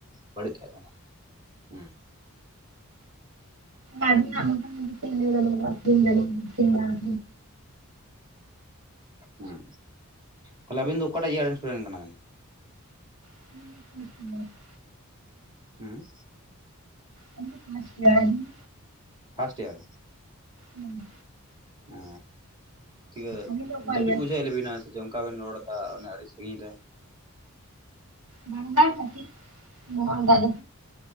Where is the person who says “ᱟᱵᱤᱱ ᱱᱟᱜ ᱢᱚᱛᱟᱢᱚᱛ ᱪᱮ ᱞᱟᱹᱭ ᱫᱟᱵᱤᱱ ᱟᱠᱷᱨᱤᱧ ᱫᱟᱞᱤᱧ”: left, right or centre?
Right